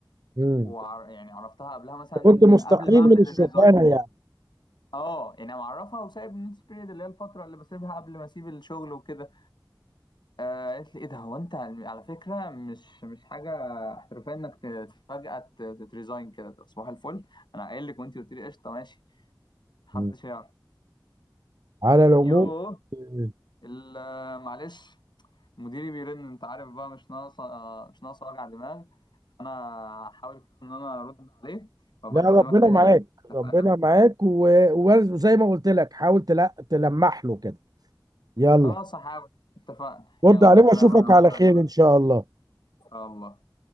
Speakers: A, on the right; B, on the left.
A: مم.
B: وعر يعني عرفتها قبلها مثلا
A: كنت مستقيل
B: قبل ما أعمل
A: من الشغلانه
B: الريزاين
A: يعني
B: اه يعني معرفها وسايب النوتس بيريد اللي هي الفترة اللي بسيبها قبل ما أسيب الشغل وكده آه، قالت لي ايه ده هو انت على فكره مش مش حاجه احترافيه انك ت- فجاه ت- تتريزاين كده صباح الفل انا قايل لك وانت قلت لي قشطه ماشي محدش
A: مم.
B: يعرف
A: على العموم
B: يوه
A: آه،
B: ال- آه، معلش مديري بيرن انت عارف بقى مش ناقصه آه، مش ناقصه وجع دماغ انا هحاول كده ان انا ارد عليه وابقى
A: لا
B: اكلمك
A: ربنا
B: تاني
A: معاك
B: اتفقنا
A: ربنا معاك و- و- وزي ما قلت لك حاول تلا- تلمح له كده يلا
B: خلاص هحاول اتفقنا
A: رد
B: يلا
A: عليه
B: سلام
A: واشوفك
B: انا
A: على
B: هرد
A: خير
B: عليه بقى
A: ان شاء الله
B: ان شاء الله